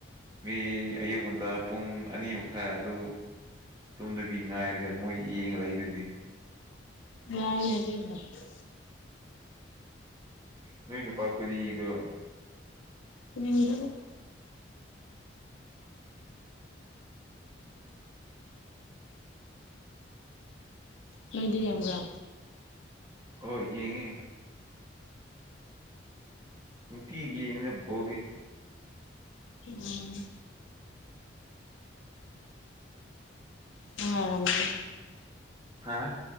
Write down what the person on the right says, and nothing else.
ꯃꯤ ꯑꯌꯨꯛ ꯉꯟꯇ ꯄꯨꯡ ꯑꯅꯤ ꯃꯈꯥꯏ ꯑꯗꯨ ꯇꯣꯝꯗꯕꯤ ꯉꯥꯏꯔꯒ ꯃꯣꯏ ꯌꯦꯡꯉ ꯂꯩꯗꯨꯗꯤ
ꯅꯣꯏ ꯅꯨꯄꯥꯈꯣꯏꯗꯤ ꯌꯦꯡꯗꯣꯏꯔꯣ
<inaudible> <inaudible>
ꯑꯣ ꯌꯦꯡꯉꯦ ꯅꯨꯡꯇꯤꯒꯤ ꯌꯦꯡꯉꯤꯗ ꯕꯣꯜꯗꯤ
ꯍꯥꯥ